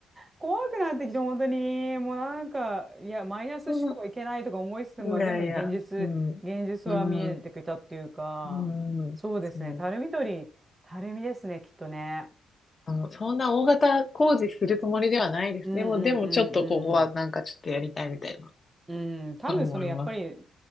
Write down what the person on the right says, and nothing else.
怖くなってきて、本当に、もうなんか、いや、マイナス思考はいけないとか思いつつも、
でも現実、
現実は見えてきたっていうか、
そうですね、
たるみ取り、たるみですね、きっとね。
うんうんうんうん。
うん、多分そのやっぱり、